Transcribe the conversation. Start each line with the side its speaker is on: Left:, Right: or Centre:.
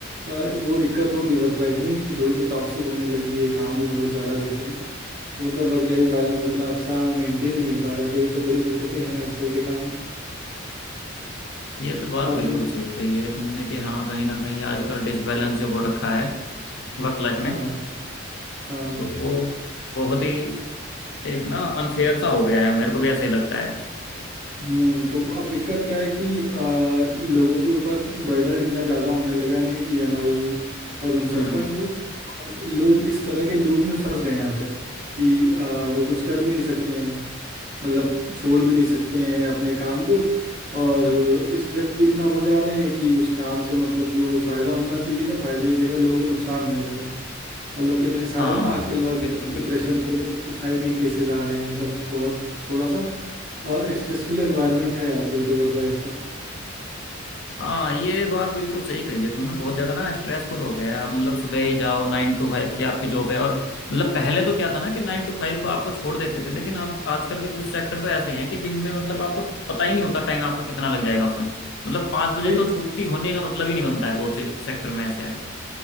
Right: अ, वो दिक्कत होगी वर्क लाइफ में कि थोड़ी सी टॉक्सिक होने लगी है काम भी बहुत ज़्यादा देते हैं तो मतलब वर्क लाइफ बैलेंस उतना अच्छा मेंटेन नहीं हो पा रहा है, तो ये सब बड़ी दिक्कतें हैं आजकल के काम में
Left: ये तो बात
Right: और
Left: बिल्कुल
Right: तुम
Left: सही कही है तुमने कि हाँ कहीं ना कहीं आजकल डिसबैलेंस जो हो रखा है वर्क लाइफ में
Right: हाँ हाँ
Left: तो वो बहुत ही एक ना अनफेयर सा हो गया है मेरे को भी ऐसा ही लगता है
Right: हम्म तो अब दिक्कत क्या है कि अ, लोगों के ऊपर बर्डन इतना ज़्यादा होने लगा है ना ईएमआई और उन सब
Left: हम्म
Right: का तो लोग इस तरह के लूप में फंस गए हैं आकर कि अ, वो कुछ कर भी नहीं सकते हैं मतलब छोड़ भी नहीं सकते हैं अपने काम को और
Left: हम्म,
Right: स्ट्रेस भी इतना हो जा रहे हैं कि उस काम से मतलब जो फ़ायदा होना चाहिए था फ़ायदे की जगह लोगों को नुकसान होने लगा है मतलब कितने सारे
Left: हाँ
Right: ना आजकल वर्क
Left: बिल्कुल बिल्कुल
Right: प्रेशर
Left: बिल्कुल
Right: की वजह से सुसाइड के केसेस आ रहे हैं मतलब बहुत थोड़ा सा स्ट्रेसफुल एनवायरनमेंट है आजकल तो वर्क लाइफ का
Left: हाँ ये बात बिल्कुल सही कही है तुमने बहुत ज्यादा ना स्ट्रेसफुल हो गया है आप मतलब सुबह ही जाओ नाइन टू फाइव की आपकी जॉब है और मतलब पहले तो क्या था ना कि नाइन टू फाइव को आपको छोड़ देते थे लेकिन अब आजकल के कुछ सेक्टर तो ऐसे हैं कि जिनमें मतलब आपको पता ही नहीं होता टाइम आपका कितना लग जाएगा उसमें मतलब पाँच बजे
Right: वही
Left: तो छुट्टी होने का मतलब ही नहीं बनता है बहुत से सेक्टर में ऐसे है